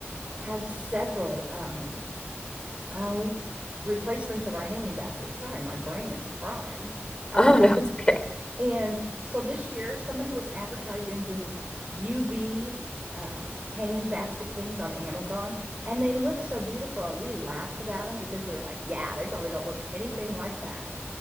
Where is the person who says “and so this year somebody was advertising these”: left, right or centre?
Right